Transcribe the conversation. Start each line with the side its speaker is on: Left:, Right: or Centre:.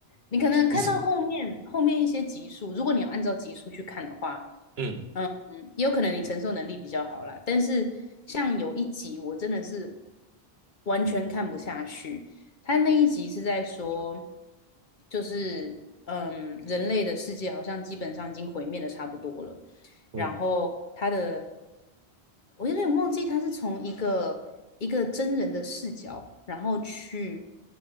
Left: 你可能看到后面后面一些集数，
Right: 你是
Left: 如果你有按照集数去看的话，
Right: 嗯
Left: 嗯，也有可能你承受能力比较好啦。但是像有一集我真的是完全看不下去，他那一集是在说，就是嗯，人类的世界好像基本上已经毁灭的差不多了，
Right: 嗯
Left: 然后他的我有点忘记他是从一个一个真人的视角，然后去